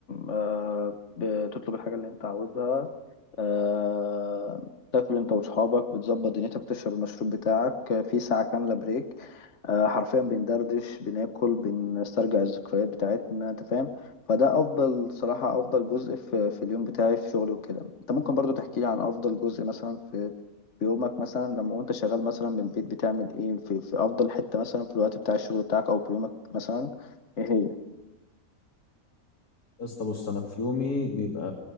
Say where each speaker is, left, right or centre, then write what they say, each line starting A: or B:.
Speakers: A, on the left; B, on the left.
A: أه بتطلب الحاجه اللي انت عاوزها آه، تاكل انت وصحابك بتظبط دنيتك بتشرب المشروب بتاعك آه، في ساعة كاملة بريك آه، حرفيا بندردش بناكل بنسترجع الذكريات بتاعتنا انت فاهم فده افضل صراحة افضل جزء في, في اليوم بتاعي في شغلي وكده انت ممكن برضو تحكي لي عن افضل جزء مثلا في في يومك مثلا لما وانت شغال مثلا من البيت بتعمل ايه في, في افضل حتة مثلا في الوقت بتاع الشغل بتاعك او في يومك مثلا ايه هي
B: يا اسطى بص انا في يومي بيبقى